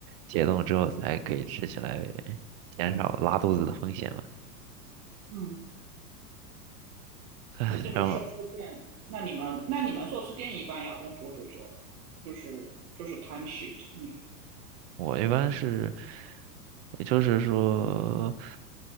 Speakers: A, on the right; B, on the right.
A: 解冻之后才可以吃起来，减少拉肚子的风险嘛。<laughs>
B: 嗯，
A: 唉，
B: 那个寿司店，
A: 然后
B: 那你们那你们寿司店一般要工作多久啊？就是就是 time sheet，嗯
A: 我一般是，也就是说，